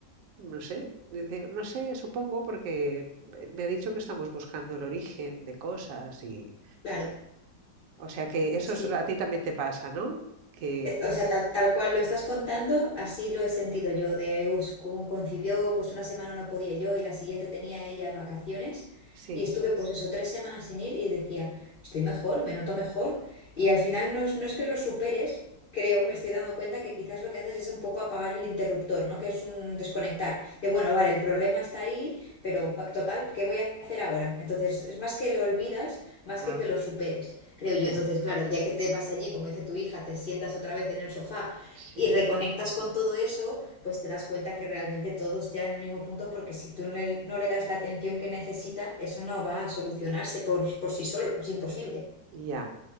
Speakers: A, on the right; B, on the left.
A: No sé, dice, no sé, supongo, porque me ha dicho que estamos buscando el origen de cosas y...
B: Claro,
A: O sea que eso
B: sí.
A: es- a ti también te pasa, ¿no? Que
B: Et- O sea, tal, tal cual lo estás contando, así lo he sentido yo, de us- con- coincidió pues una semana no podía yo y la siguiente tenía ella vacaciones.
A: sí,
B: y estuve pues eso, tres semanas sin ir y decía, estoy mejor, me noto mejor. Y al final no es, no es que lo superes, creo, me estoy dando cuenta que quizás lo que haces es un poco apagar el interruptor, ¿no? Que es un desconectar. De bueno, vale, el problema está ahí, pero pa- total, ¿qué voy a hacer ahora? Entonces, es más que lo olvidas, más
A: ah,
B: que que lo superes, creo
A: ya.
B: yo. Entonces, claro, el día que te vas allí, como dice tu hija, te sientas otra vez en el sofá
A: Sí,
B: y reconectas con todo eso, pues te das cuenta que realmente todos ya en el mismo punto, porque si tú no le, no le das la atención que necesita, eso no va a solucionarse por, por sí solo, es imposible.
A: ya,